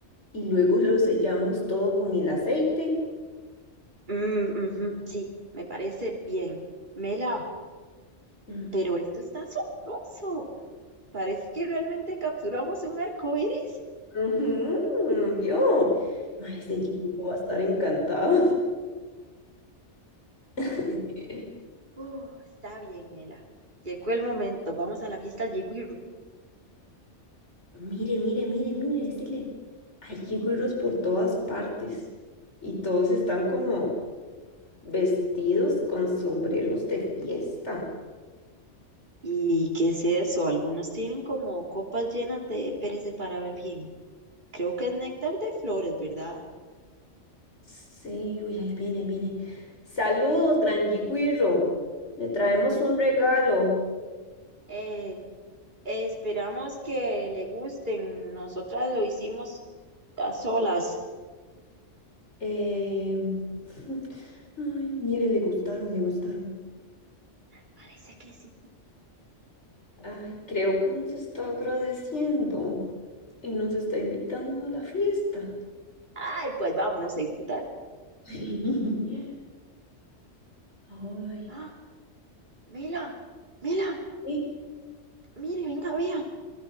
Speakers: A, on the left; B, on the right.
A: y luego <laughs> lo sellamos todo con el aceite.
B: Mm, ujú, sí, me parece bien. Mela,
A: Mm.
B: pero esto está asombroso. Parece que realmente capturamos un arco iris.
A: Ujú, ¿vio? Ma, ese Jimmy va a estar encantado. <laughs>
B: Uh, está bien, Mela. Llegó el momento. Vamos a la fiesta al Yigüirro.
A: Mire, mire, mire, mire, decirle, hay jigüiros por todas partes y todos están como vestidos con sombreros de fiesta.
B: ¿Y qué es eso? Algunos tienen como copas llenas de pérez para ver bien. Creo que es néctar de flores, ¿verdad?
A: Sí, uy, ahí viene, ahí viene. Saludos, Gran Yigüirro. Le traemos un regalo.
B: Eh, esperamos que le gusten. Nosotras lo hicimos a solas.
A: Eh, <laughs> Ay, mire, le gustaron, le gustaron.
B: Parece que sí.
A: Ay, creo que nos está agradeciendo y nos está invitando a la fiesta.
B: Ay, pues vámonos a disfrutar.
A: <laughs> Ay,
B: Ah, Mela, Mela,
A: ¿y
B: mire, venga, vea.